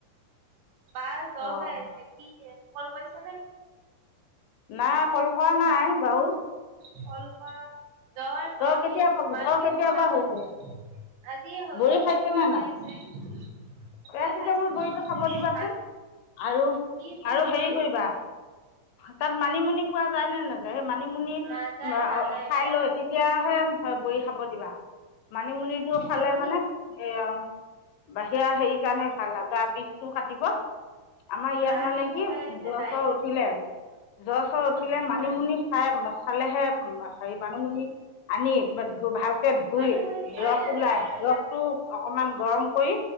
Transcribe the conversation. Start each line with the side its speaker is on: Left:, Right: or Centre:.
Right: বাছ জহে
Left: অঁ
Right: থাকি এ কল কৰিছে নে
Left: নাই কল কৰা নাই বাও
Right: ফল খ জৰ চৰ্দি
Left: কেতিয়াবা
Right: মাত
Left: জ্বৰ
Right: দিব
Left: কেতিয়াবা
Right: পৰা
Left: হৈছে
Right: নাই আজিয়ে হৈ
Left: বড়ি খাইছেনে
Right: কালিপুৱা
Left: নাই
Right: হৈ আছে
Left: পেৰাচিটামল
Right: বৈ খাইছো বুলি
Left: বড়িটো
Right: কৈছা
Left: খাব দিবাচোন
Right: ভাত কি
Left: আৰু
Right: কোনটো
Left: আৰু হেৰি
Right: গৰী
Left: কৰিবা তাত মানিমুনি পোৱা যায় নে নাযায় সেই মানিমুনি
Right: নাযায় নাযায়
Left: খাই
Right: এইবিলাক
Left: লৈ তেতিয়াহে হয় বৈ খাব দিবা মানিমুনিটো খালে
Right: জোৰণি
Left: মানে এ বাহিৰা হেৰি কাৰানে ভাল গ বিষ কাটিব আমাৰ ইয়াত
Right: গাৰ
Left: মানে
Right: বিষ
Left: কি
Right: হৈ আছে
Left: জ্বৰ
Right: তাই
Left: চৰ উঠিলে জ্বৰ চৰ উঠিলে
Right: কি
Left: মানিমুনি
Right: কৰে
Left: খাই খালেহে হেৰি মানিমুনি আনি ধ ভালকে ধুই
Right: মানে মানে পোৱাই
Left: ৰস
Right: নাযায়
Left: ওলাই
Right: আৰু
Left: ৰসটো
Right: ইয়াত
Left: অকমান গৰম কৰি